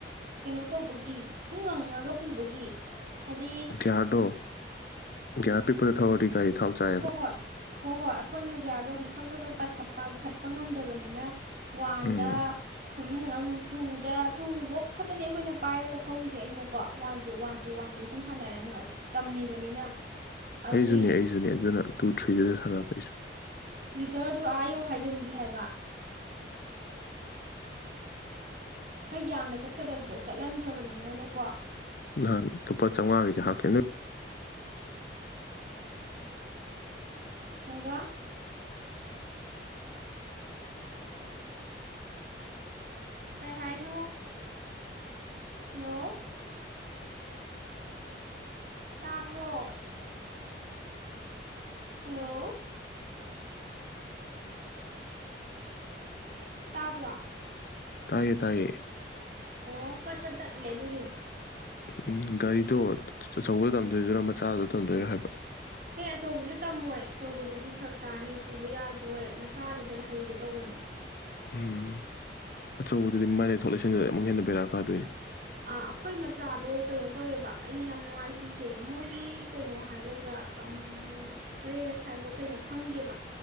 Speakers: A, on the right (about 50°); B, on the left (about 55°).
A: ꯀꯩꯅꯣ ꯇꯧꯕꯒꯤ ꯁꯨꯝ ꯉꯪꯉꯒ ꯄꯨꯕꯒꯤ ꯍꯥꯏꯗꯤ
B: ꯒ꯭ꯌꯥꯔꯗꯣ ꯒ꯭ꯌꯥꯔ ꯑꯄꯤꯛꯄꯗ ꯊꯧꯔꯗꯤ ꯒꯥꯔꯤ ꯊꯥꯎ ꯆꯥꯏꯌꯦꯕ
A: ꯍꯣ ꯍꯣꯏ ꯍꯣ ꯍꯣꯏ ꯑꯩꯈꯣꯏꯅ ꯒ꯭ꯌꯥꯔꯗꯣ ꯇꯛ ꯇꯛ ꯇꯧ ꯄꯥꯟꯈꯠꯄ ꯉꯝꯗꯕꯅꯤꯅ ꯋꯥꯟꯗ
B: ꯎꯝ
A: ꯁꯨꯝ ꯉꯪ ꯇꯨꯗ ꯇꯨꯕꯧ ꯈꯛꯇꯅꯦ ꯑꯩꯈꯣꯏꯅ ꯄꯥꯏꯔꯒ ꯊꯧꯔꯤꯁꯦ ꯑꯩꯅꯀꯣ one two one two one ꯗꯨ ꯁꯨꯝ ꯁꯥꯟꯅꯔꯦ ꯇꯝꯃꯤꯕꯅꯤꯅ ꯑꯗꯨꯗꯤ
B: ꯑꯩꯖꯨꯅꯦ ꯑꯩꯖꯨꯅꯦ ꯑꯗꯨꯅ ꯇꯨ ꯊ꯭ꯔꯤꯗ ꯁꯥꯟꯅꯕ ꯑꯩꯁꯨ
A: ꯂꯤꯇꯔꯗꯨ ꯑꯥ ꯌꯧ ꯍꯥꯏꯖꯟꯈꯤ ꯍꯥꯏꯕ ꯈꯔ ꯌꯥꯡꯅ ꯆꯠꯀꯗꯕꯗꯣ ꯆꯠꯍꯟꯗ꯭ꯔꯕꯅꯤꯅꯀꯣ
B: ꯅꯍꯥꯟ ꯂꯨꯄꯥ ꯆꯧꯉꯥꯒꯤꯗꯤ ꯍꯥꯞꯈꯤꯅ
A: ꯀꯩꯕ ꯀꯩ ꯍꯥꯏꯅꯣ ꯍꯜꯂꯣ ꯇꯥꯕ꯭ꯔꯣ ꯍꯜꯂꯣ ꯇꯥꯕ꯭ꯔꯣ
B: ꯇꯥꯏꯌꯦ ꯇꯥꯏꯌꯦ
A: ꯑꯣ ꯄꯠ ꯄꯠ ꯇꯠꯂꯦ ꯑꯗꯨꯒꯤꯅꯤ
B: ꯎꯝ ꯒꯥꯔꯤꯗꯣ ꯑ ꯆꯧꯕꯗ ꯇꯝꯗꯣꯏꯔꯣ ꯃꯆꯥꯗꯨꯗ ꯇꯝꯗꯣꯏꯔ ꯍꯥꯏꯕ
A: ꯍꯦ ꯑꯆꯧꯕꯗꯨ ꯇꯝꯃꯣꯏ ꯑꯆꯧꯕꯗꯨꯗꯤ ꯐꯔꯛ ꯇꯥꯅꯤ ꯄꯨꯕ ꯌꯥꯒꯤꯔꯣꯏ ꯃꯆꯥꯗꯨꯗ ꯍꯩꯒꯦ ꯇꯧꯕꯅꯤ
B: ꯎꯝ ꯑꯆꯧꯕꯗꯨꯗꯤ ꯃꯥꯏ ꯂꯩꯊꯣꯛ ꯂꯩꯁꯤꯜꯗꯨꯗ ꯑꯃꯨꯛ ꯍꯦꯟꯅ ꯕꯦꯔꯥ ꯀꯥꯗꯣꯏꯅꯦ <inaudible>
A: ꯑꯥ ꯑꯩꯈꯣꯏ ꯃꯆꯥꯗꯣ ꯀꯩꯅꯣ ꯇꯧꯋꯦꯕ ꯑꯩꯅ ꯌꯥꯝ ꯅꯨꯡꯉꯥꯏꯇ꯭ꯔꯤꯁꯦ ꯃꯣꯏꯒꯤ ꯀꯩꯅꯣ ꯍꯥꯏꯒꯗ꯭ꯔꯥ ꯑꯝ ꯔꯦꯁ ꯍꯥꯏꯕ꯭ꯔ ꯀꯩꯅꯣ ꯈꯪꯗꯦꯕ